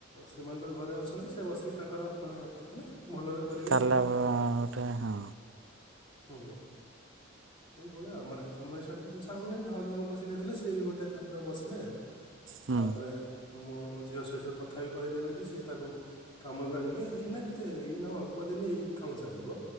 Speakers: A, on the left; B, on the right.
A: ସେମାନେ ତ ଘରେ ଅଛନ୍ତି ସେ ବସିକି ତାଙ୍କର ମାନେ ଅ ମାନେ ଭଲରେ କରିବେ
B: ତାହେଲେ
A: ପୁରା
B: ଗୋଟେ ହଁ।
A: ହୁଁ। ସେଇ ଭଳିଆ ଆଉ ମାନେ ତମେ ଶାଉଣ୍ଡ ନାହିଁ ଭାଉଜଙ୍କୁ ଶିଖାଇଦେଲେ ସିଏ ବି ଗୋଟେ ତାଙ୍କର ବସିଲେ
B: ହୁଁ
A: ତାପରେ ମୁଁ ଆମ ଝିଅ ସହିତ କଥା ବି କରେଇଦେବିି ଯଦି ସିଏ ତାକୁ କାମ ବି ଆଣିକି ଏଇନା କେତେ ଏଇନା ଅଳ୍ପ ଦିନ ଏଇ କାମ ଚାଲିବ।